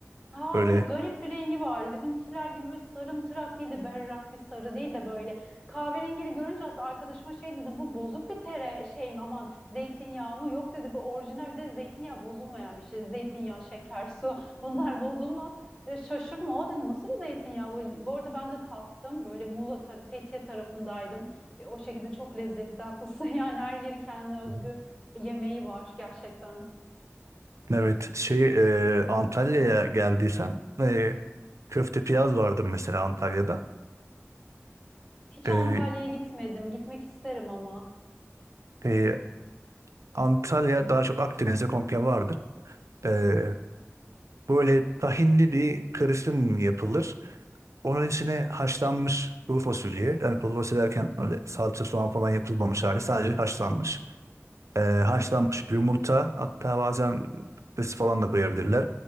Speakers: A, on the left; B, on the right.
A: Ha
B: Böyle
A: böyle garip bir rengi vardı. Bizimkiler gibi böyle sarımtırak değil de berrak bir sarı değil de böyle kahverengili görünce hatta arkadaşıma şey dedim bu bozuk bir tere şey mi aman zeytinyağı mı? Yok dedi bu orijinal bir de zeytinyağı bozulmayan bir şey. Zeytinyağı, şeker, su <laughs> bunlar bozulmaz. Ya şaşırma o dedi nasıl bir zeytinyağı bu? Bu arada ben de tattım böyle Muğla tarafı Fethiye tarafındaydım. E, o şekilde çok lezzetli haklısın <laughs> yani her yerin kendine özgü
B: Hı hı.
A: yemeği var gerçekten.
B: Evet şey e, Antalya'ya geldiysen e, köfte piyaz vardır mesela Antalya'da.
A: Hiç
B: E,
A: Antalya'ya gitmedim. Gitmek isterim ama.
B: e, Antalya daha çok Akdeniz'de komple vardır. Ee, böyle tahinli bir karışım yapılır. Onun içine haşlanmış kuru fasulye. Yani kuru fasulye derken öyle salça soğan falan yapılmamış hali. Sadece haşlanmış. Ee, haşlanmış
A: Hı hı.
B: yumurta hatta bazen patates falan da koyabilirler.